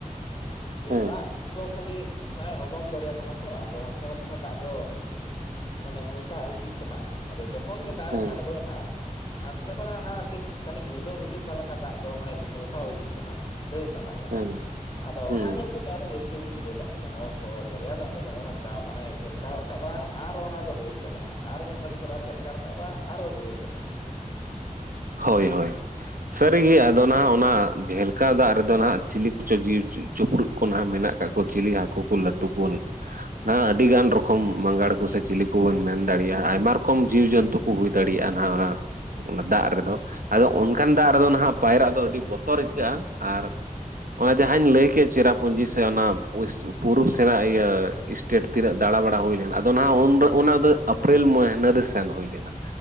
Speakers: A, on the left; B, on the right.
A: ᱾ ᱡᱮ
B: ᱦᱩᱸ
A: ᱫᱟᱜ ᱫᱚ ᱠᱷᱟᱹᱞᱤ ᱱᱚᱜᱼᱚᱭ ᱚᱜᱚᱢ ᱫᱚᱨᱭᱟ ᱠᱟᱱᱟ ᱾ ᱟᱫᱚ ᱦᱟᱱᱛᱮ ᱱᱟᱛᱮ ᱠᱷᱚᱱ ᱫᱟᱜ ᱫᱚ ᱢᱟᱱᱮ ᱦᱮᱞᱠᱟ ᱦᱮᱞᱠᱤᱜ ᱠᱟᱱᱟ ᱟᱫᱚ ᱡᱚ ᱠᱷᱚᱱ ᱜᱮ ᱫᱟᱜᱨᱮᱧ
B: ᱦᱩᱸ
A: ᱟᱲᱜᱚᱭᱮᱱᱟ ᱾ ᱪᱮ ᱠᱟᱱᱟ ᱚᱱᱟ ᱪᱮᱫ ᱛᱟᱹᱱᱤ ᱜᱩᱲᱫᱟᱹᱢ ᱦᱤᱡᱩᱜ ᱠᱟᱱ ᱞᱮᱠᱟ ᱫᱟᱜ ᱫᱚ ᱢᱟᱱᱮ ᱦᱮᱞᱠᱟᱣ ᱦᱤᱡᱩᱜ ᱠᱟᱱᱟ ᱾ ᱰᱟᱹᱣ ᱛᱟᱱᱟᱜ ᱞᱮᱠᱟ,
B: ᱦᱩᱸ
A: ᱟᱫᱚ
B: ᱦᱩᱸ
A: ᱚᱱᱟ ᱧᱮᱞ ᱛᱮᱜᱮ ᱟᱹᱰᱤ ᱨᱟᱹᱥᱠᱟᱹᱜ ᱜᱤᱧ ᱵᱩᱡᱷᱟᱹᱣ ᱞᱮᱫ ᱛᱟᱦᱮᱸ ᱠᱟᱱᱟ, ᱚᱦᱚ ᱫᱚᱨᱭᱟ ᱫᱟᱜ, ᱱᱚᱜᱼᱚᱭ ᱱᱚᱝᱠᱟ ᱢᱟᱱᱮ ᱦᱮᱞᱠᱟᱣ ᱨᱟᱠᱟᱵᱼᱟ ᱟᱨ ᱚᱱᱟ ᱫᱚ ᱨᱩᱣᱟᱹᱲ ᱪᱟᱞᱟᱜᱼᱟ ᱟᱨ ᱢᱤᱫ ᱜᱷᱟᱹᱲᱤᱡ ᱯᱚᱨ ᱟᱨᱚ ᱦᱮᱞᱠᱟ ᱦᱮᱞᱠᱟᱣ ᱨᱟᱠᱟᱵᱼᱟ ᱟᱨᱚ ᱨᱩᱣᱟᱹᱲ ᱪᱟᱞᱟᱜᱼᱟ ᱾
B: ᱦᱳᱭ ᱦᱳᱭ ᱾ ᱥᱟᱹᱨᱤᱜᱮ ᱟᱫᱚ ᱱᱟᱦᱟᱜ ᱚᱱᱟ ᱰᱷᱮᱞ ᱠᱟ ᱫᱟᱜ ᱨᱮᱫᱚ ᱦᱟᱸᱜ ᱪᱤᱞᱤ ᱠᱚᱪᱚ ᱡᱤᱣᱤ ᱪᱤᱯᱨᱩᱫ ᱠᱚ ᱱᱟᱜ ᱢᱮᱱᱟᱜ ᱠᱟᱜ ᱠᱚ ᱪᱤᱞᱤ ᱦᱟᱹᱠᱩ ᱠᱚ ᱞᱟᱹᱴᱩ ᱠᱚ, ᱦᱟᱸᱜ ᱟᱹᱰᱤ ᱜᱟᱱ ᱨᱚᱠᱚᱢ ᱢᱟᱸᱜᱟᱲ ᱠᱚ ᱥᱮ ᱪᱤᱞᱤ ᱠᱚᱵᱚᱱ ᱢᱮᱱ ᱫᱟᱲᱮᱭᱟᱜᱼᱟ ᱟᱭᱢᱟ ᱨᱚᱠᱚᱢ ᱡᱤᱣᱤᱡᱚᱱᱛᱩ ᱾ ᱠᱩ ᱦᱩᱭ ᱫᱟᱲᱮᱭᱟᱜᱼᱟ ᱱᱟᱦᱟᱜ ᱚᱱᱟ ᱚᱱᱟ ᱫᱟᱜ ᱨᱮᱫᱚ, ᱟᱫᱚ ᱚᱱᱠᱟᱱ ᱫᱟᱜ ᱨᱮᱫᱚ ᱱᱟᱦᱟᱜ ᱯᱟᱭᱨᱟᱜ ᱫᱚ ᱟᱹᱰᱤ ᱵᱚᱛᱚᱨ ᱟᱹᱭᱤᱠᱟᱹᱜᱼᱟ ᱟᱨ, ᱚᱱᱟ ᱡᱟᱦᱟᱸᱧ ᱞᱟᱹᱭ ᱠᱮᱫ ᱪᱮᱨᱟ ᱯᱩᱸᱡᱤ ᱥᱮ ᱚᱱᱟ ᱯᱩᱨᱩᱵ ᱥᱮᱱᱟᱜ ᱤᱭᱟᱹ ᱤᱥᱴᱮᱴ ᱛᱤᱱᱟᱹᱜ ᱫᱟᱬᱟᱵᱟᱲᱟ ᱦᱩᱭ ᱞᱮᱱᱟ ᱟᱫᱚ ᱱᱟᱜ ᱚᱱᱟ ᱫᱚ ᱮᱯᱨᱤᱞ ᱢᱟᱹᱦᱱᱟᱹ ᱨᱮ ᱥᱮᱱ ᱦᱩᱭ ᱞᱮᱱᱟ,